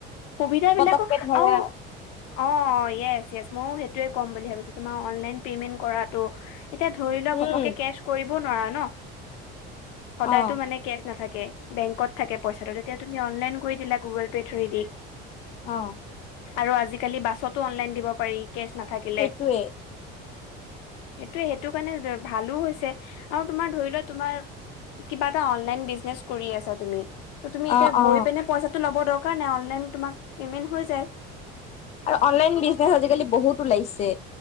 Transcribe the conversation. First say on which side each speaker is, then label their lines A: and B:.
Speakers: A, on the left; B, on the left.
A: সুবিধা বিলাকো
B: পতককে ধৰা
A: আৰু অ য়েছ য়েছ মইয়ো সেইটোয়ে কম বুলি ভাবছো তোমাৰ অনলাইন প্ৰেমেইন কৰাটো। এতিয়া ধৰি লওক
B: উম
A: ঘপকে কেচ কৰি বনোৱাৰা ন সদায়তো
B: অ
A: মানে কেচ নাথাকে। বেংকত থাকে পইচাটো, তেতিয়া তুমি অনলাইন কৰি দিলা গুগল পে থ্ৰো এ দি।
B: আহ।
A: আৰু আজিকালি বাছতো অনলাইন দিব পাৰি। কেচ নাথাকিলে
B: সেইটোৱে
A: সেইটোৱে, সেইটো কাৰণে ভালো হৈছে আৰু তোমাৰ ধৰি লোৱা তোমাৰ কিবা এটা অনলাইন বিজনেচ কৰি আছা তুমি। ত' তুমি এতিয়া
B: অ অ
A: গৈ পেনাই পইচাটো ল'ব দৰকাৰ নাই অনলাইন পেমেইন হৈ যায়।
B: আৰু অনলাইন বিজনেচ আজিকালি বহুত ওলাইছে।